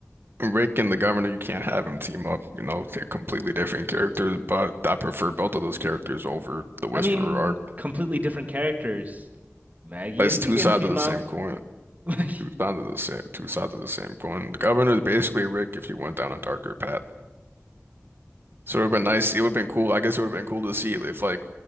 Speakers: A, on the right (about 55°); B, on the right (about 35°).
A: Rick and the governor, you can't have them team up. You know, they're completely different characters, but I prefer both of those characters over the Whisperer
B: I mean,
A: arc.
B: completely different characters. Maggie
A: It's
B: and
A: two
B: Negan
A: sides
B: team
A: of the
B: up.
A: same coin.
B: <laughs>
A: Two sides of the same, two sides of the same coin. The governor is basically Rick if you went down a darker path. So it would have been nice. It would have been cool. I guess it would have been cool to see if like